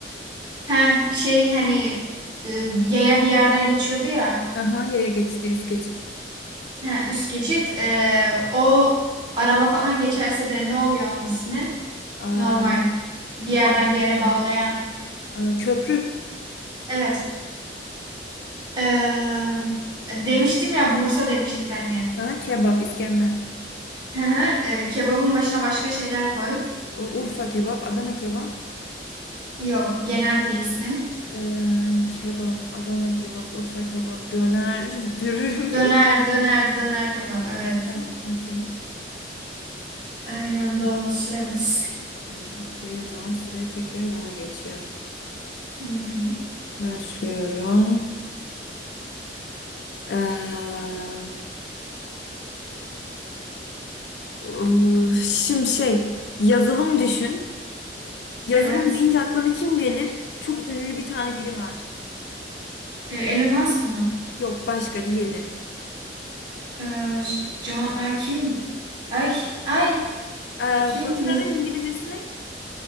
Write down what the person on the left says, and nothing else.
Aha yaya geçidi üst geçit.
Aa,
alt,
aa, köprü.
Aha, kebap İskender.
U- Urfa kebap Adana kebap.
Ee, kebap Adana kebap Urfa kebap döner <laughs> dürüm.
<laughs>
Tamam okey.
Ee, Okey, o zaman sıraya tekrar bana geçiyor.
Başlıyorum. Ee, ıı, şimdi şey, yazılım düşün. Yazılım
deyince aklına kim gelir? Çok ünlü bir tane biri var.
Yok, başka diğeri.
Ee,
faturanın
İngilizcesi ne?